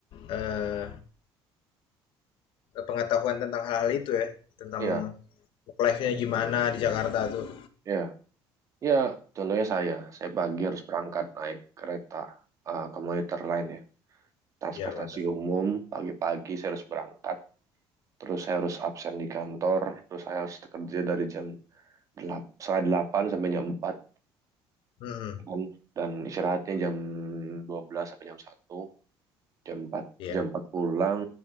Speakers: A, on the left; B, on the right.
A: eh, pengetahuan tentang hal-hal itu ya, tentang
B: Iya,
A: work life-nya gimana di Jakarta tuh.
B: iya. Ya, contohnya saya, saya pagi harus berangkat naik kereta eh, komuter lain ya, transportasi
A: Iya, benar.
B: umum. Pagi-pagi saya harus berangkat, terus saya harus absen di kantor, terus saya harus kerja dari jam 8, setengah 8 sampai jam 4
A: Hmm,
B: kan? Dan istirahatnya jam 12 sampai jam satu, jam 4
A: iya.
B: jam 4 pulang,